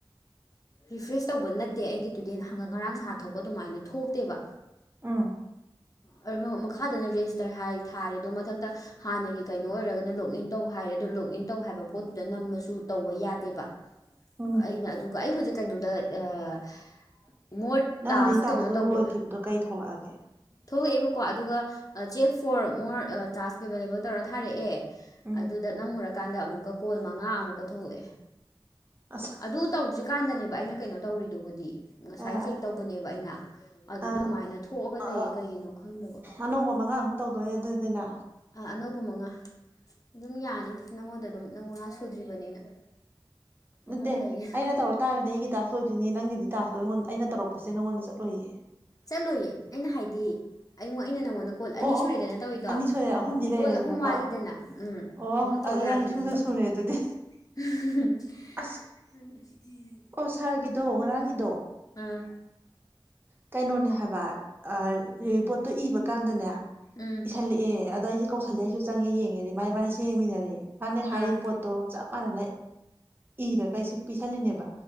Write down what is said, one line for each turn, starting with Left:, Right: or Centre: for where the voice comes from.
Left: ꯔꯤꯐ꯭ꯔꯦꯁ ꯇꯧꯕ ꯅꯠꯇꯦ ꯑꯩꯒꯤꯗꯨꯗꯤ ꯉꯔꯥꯡ ꯉꯍꯥꯟ ꯊꯣꯛꯄ ꯑꯗꯨꯃꯥꯏꯅ ꯊꯣꯛꯇꯦꯕ
Right: ꯎꯝ
Left: ꯑꯔꯃ ꯃꯈꯥꯗꯅ ꯔꯦꯖꯤꯁꯇꯔ ꯍꯥꯏ ꯊꯥꯔꯦ ꯑꯗꯣ ꯃꯊꯛꯇ ꯍꯥꯟꯅꯒꯤ ꯀꯩꯅꯣ ꯑꯣꯏꯔꯒꯅ ꯂꯣꯒ ꯏꯟ ꯇꯧ ꯍꯥꯏꯔꯦ ꯑꯗꯣ ꯂꯣꯒ ꯏꯟ ꯇꯧ ꯍꯥꯏꯕ ꯄꯣꯠꯇꯨꯗ ꯅꯝꯃꯁꯨ ꯇꯧꯕ ꯌꯥꯗꯦꯕ
Right: ꯎꯝ
Left: ꯑꯩꯅ ꯑꯗꯨꯒ ꯑꯩ ꯍꯧꯖꯤꯛ ꯀꯩꯅꯣꯗ ꯑꯑꯑ ꯃꯣꯔ
Right: ꯅꯪ
Left: ꯇꯁ
Right: ꯍꯧꯖꯤꯛ ꯇꯥꯛꯁꯇꯣ
Left: ꯀꯩꯅꯣ ꯇꯧꯕ
Right: ꯂꯣꯏꯈꯤꯕꯗꯣ ꯀꯩ ꯊꯣꯛꯂꯛꯑꯒꯦ
Left: ꯊꯣꯛꯂꯛꯑꯦꯕꯀꯣ ꯑꯗꯨꯒ ꯑ check for more uh charge available ꯇꯧꯔ ꯊꯥꯔꯛꯑꯦ
Right: ꯎꯝ
Left: ꯑꯗꯨꯗ ꯅꯝꯃꯨꯔꯀꯥꯟꯗ ꯑꯃꯨꯛꯀ ꯀꯣꯜ ꯃꯉꯥ ꯑꯃꯨꯛꯀ ꯊꯣꯛꯂꯛꯑꯦ
Right: ꯑꯁ
Left: ꯑꯗꯨ ꯇꯧꯗ꯭ꯔꯤꯀꯥꯟꯗꯅꯦꯕ ꯑꯩꯅ ꯀꯩꯅꯣ ꯇꯧꯔꯤꯗꯨꯕꯨꯗꯤ ꯉꯁꯥꯏ
Right: ꯑ
Left: ꯆꯦꯛ ꯇꯧꯕꯅꯦꯕ ꯑꯩꯅ ꯑꯗꯨꯗ
Right: ꯑ
Left: ꯗꯨꯃꯥꯏꯅ ꯊꯣꯛꯑꯒ
Right: ꯑ
Left: ꯂꯩꯌꯦ ꯀꯩꯒꯤꯅꯣ ꯈꯪꯗꯕ
Right: ꯑꯅꯧꯕ ꯃꯉꯥꯃꯨꯛ ꯇꯧꯗꯣꯔꯦ ꯑꯗꯨꯗꯤꯅ
Left: ꯑ ꯑꯅꯧꯕ ꯃꯉꯥ ꯑꯗꯨꯝ ꯌꯥꯅꯤꯗ ꯅꯪꯉꯣꯟꯗ ꯑꯗꯨꯝ ꯅꯪ ꯃꯉꯥ ꯁꯨꯗ꯭ꯔꯤꯕꯅꯤꯅ
Right: ꯅꯠꯇꯦ
Left: ꯑꯍꯨꯝ ꯂꯩꯌꯦ
Right: ꯑꯩꯅ ꯇꯧꯔꯛ ꯇꯥꯔꯗꯤ ꯑꯩꯒꯤ ꯇꯥꯛꯁ ꯂꯣꯏꯗꯣꯏꯅꯤ ꯅꯪꯒꯤꯗꯤ ꯇꯥꯛꯁꯇꯣ ꯑꯩꯉꯣꯟ ꯑꯩꯅ ꯇꯧꯔꯛꯄꯁꯦ ꯅꯪꯉꯣꯟꯗ ꯆꯠꯂꯣꯏꯌꯦ
Left: ꯆꯠꯂꯣꯏꯌꯦ ꯑꯩꯅ ꯍꯥꯏꯗꯤ ꯑꯩꯉꯣꯟ ꯑꯩꯅ ꯅꯪꯉꯣꯟꯗ ꯀꯣꯜ ꯑꯅꯤ
Right: ꯑꯣ
Left: ꯁꯨꯔꯦꯗꯅ
Right: ꯑꯣ
Left: ꯇꯧꯔꯤꯗꯣ
Right: ꯑꯅꯤ ꯁꯨꯔꯦ ꯑꯍꯨꯝꯗꯤ ꯂꯩꯔꯦꯗꯅꯀꯣ
Left: ꯀꯣꯜ ꯑꯍꯨꯝ ꯋꯥꯠꯂꯤꯗꯅ ꯎꯝ
Right: ꯑꯣ
Left: ꯇꯧ
Right: ꯑꯗꯨ
Left: ꯌꯥꯒꯤꯅꯤꯕ
Right: ꯅꯪ ꯏꯁꯨꯗ ꯁꯨꯔꯦ ꯑꯗꯨꯗꯤ
Left: <unintelligible>
Right: ꯑꯁ ꯑꯣ ꯁꯥꯔꯒꯤꯗꯣ ꯉꯔꯥꯡꯒꯤꯗꯣ
Left: ꯑꯥ
Right: ꯀꯩꯅꯣꯅꯦ ꯍꯥꯏꯕ ꯑ ꯔꯤꯄꯣꯠꯇꯣ ꯏꯕ ꯀꯥꯟꯗꯅꯦ
Left: ꯎꯝ
Right: ꯏꯁꯜꯂꯛꯑꯦ ꯑꯗꯣ ꯑꯩꯁꯦ ꯀꯧꯁꯜꯂꯦ ꯑꯩꯁꯨ ꯆꯪꯉꯦ ꯌꯦꯡꯉꯦꯗꯤ ꯃꯥꯥꯏ ꯏꯃꯥꯅꯤꯁꯦ ꯌꯦꯡꯃꯤꯟꯅꯔꯦ ꯃꯥꯅ ꯍꯥꯏꯔꯤꯕ
Left: ꯑꯥ
Right: ꯄꯣꯠꯇꯣ ꯆꯞ ꯃꯥꯟꯅꯅ ꯏꯔꯒ ꯑꯩꯁꯤ ꯄꯤꯁꯜꯂꯤꯅꯦꯕ